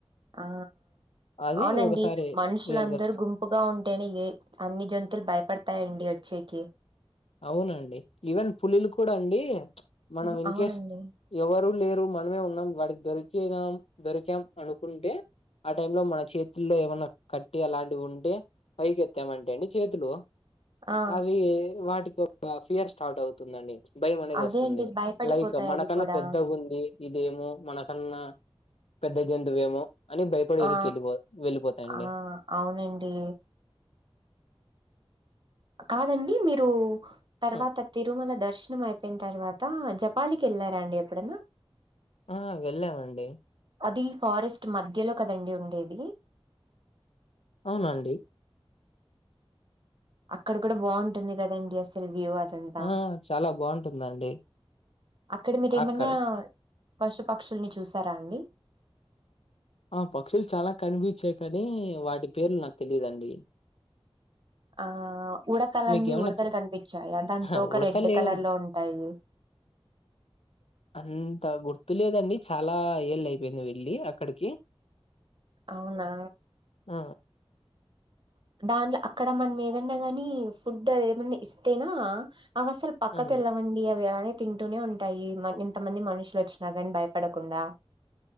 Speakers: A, on the right; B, on the left.
A: ఆ
B: అది
A: అవునండి
B: ఒకసారి
A: మనుష్ మనుషులు
B: రియల్‌గా
A: అందరూ
B: చూసా.
A: గుంపుగా ఉంటేనే ఏ, అన్ని జంతువులు భయపడతాయండి ఒచ్చేకి
B: అవునండి ఈవెన్ పులులు కూడా అండి మనం
A: హ్మ్.
B: ఇన్
A: అవునండి.
B: కేేస్ ఎవరు లేరు మనమే ఉన్నాం వాటికి దొరికినాం, దొరికాం అనుకుంటే ఆ టైమ్ లో మన చేతుల్లో ఏమైన్నా కట్టే అలాంటివి ఉంటే పైకెత్తామంటే అండి చేతులు
A: ఆ!
B: అవి వాటికి ఒక ఫియర్ స్టార్ట్ అవుతుందండి. భయం, అనేది,
A: అదే
B: వస్తుంది.
A: అండి భయపడిపోతాయి
B: లైక్, మనకన్నా,
A: అవి కూడా
B: పెద్దగా ఉంది. ఇదేమో, మనకన్నా, పెద్ద, జంతువేమో, అని, భయపడనికి,
A: ఆ
B: వెళ్ళిపో, వెళ్లిపోతాయండి.
A: ఆ అవునండి, కాదండి, మీరు, తర్వాత,
B: ఆ
A: తిరుమల, దర్శనం అయిపోయిన, తర్వాత, జపాలికి, వెళ్ళారా, అండి, ఎప్పుడన్నా,
B: ఆ, వెళ్ళామండి.
A: అది, ఫారెస్ట్, మధ్యలో, కదండి. ఉండేది,
B: అవునండి
A: అక్కడ, కూడా, బాగుంటుంది. కదండి, అస్సల్, వ్యూవర్ అంత,
B: ఆ చాలా బాగుంటుందండి
A: అక్కడ మీరేమన్నా,
B: అక్కడ
A: పశు, పక్షుల్ని, చూసారా, అండి.
B: ఆ, పక్షులు, చాలా, కనిపించాయి. కానీ, వాటి పేర్లు, నాకు, తెలియదండి.
A: ఆ, ఉడతలండి,
B: మీకేమన్నా
A: ఉడతలు,
B: తె
A: కనిపించాయా, దానీ
B: అహా!
A: తోక ఒక
B: ఉడతలేవు
A: రెడ్ కలర్ లో ఉంటాయి.
B: అంత, గుర్తులేదండి. చాలా, ఏళ్ అయిపోయింది. వెళ్ళి, అక్కడికి,
A: అవునా
B: ఆ
A: దాంట్లో, అక్కడ, మనమేదన్నా, గాని, ఫుడ్, ఏమన్నా, ఇస్తేనా, అవసలు, పక్కకేళ్ళవండి,
B: అండి.
A: అవి, అలానే, తింటూనే ఉంటాయి. ఇంతమంది మనుషులు వచ్చినా కానీ భయపడకుండా